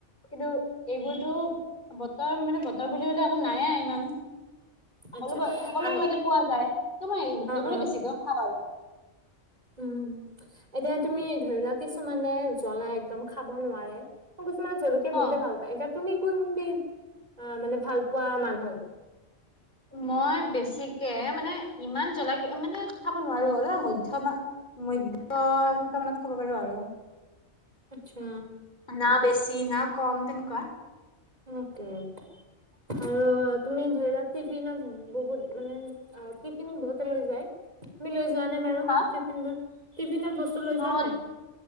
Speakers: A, on the left; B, on the right.
A: কিন্তু এইবোৰতো বতৰ মানে বতৰ বুলিবলে একো নাইে ইমান সকলোবোৰ
B: আচ্ছা
A: সকলো
B: অ
A: মতে পোৱা যায় ত মই এইবোৰে
B: অ
A: বেছিকে খাওঁ আৰু
B: উ এতিয়া তুমি ধৰি লোৱা কিছুমানে জ্বলা একদম খাব নোৱাৰে জলকীয়াৰ
A: অ
B: বহুতে ভাল পাই এতিয়া তুমি কোনবিধ আহ মানে ভাল পোৱা মানুহ।
A: মই বেছিকে মানে ইমান জ্বলাকে মানে খাব নোৱাৰো অলপ মধ্যমা মধ্য এনেকুৱা মানত খাব পাৰো আৰু।
B: আচ্ছা
A: না বেছি না কম তেনেকুৱা।
B: <unintelligible> আৰু তুমি ধৰি লোৱা টিফিনত বহুত মানে আহ টিফিন বহুতে লৈ যায় তুমি লৈ যোৱা নে বাৰু
A: হা
B: টিফিন বোৰ? টিফিনত বস্তু লৈ
A: অ
B: যোৱা নে নাই?